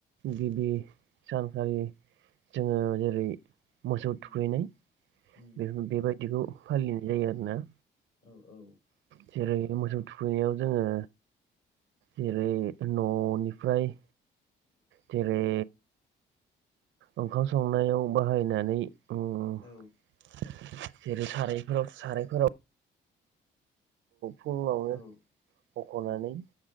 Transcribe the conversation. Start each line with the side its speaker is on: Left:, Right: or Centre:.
Right: गिबि सानखालि जोङो
Left: उम
Right: जेरै मोसौ
Left: उम
Right: थुखैनाय
Left: उम
Right: बे बेबायदिखौ
Left: उम
Right: फालिनाय जायो आरोना।
Left: औ औ।
Right: जेरै मोसौ थुखैनायाव जोङो जेरै न'निफ्राय
Left: <inaudible>
Right: जेरै ओंखाम संनायाव बाहायनानै जेरै
Left: औ
Right: सारायफोराव सारायफोराव फुङावनो
Left: औ
Right: बख'नानै
Left: औ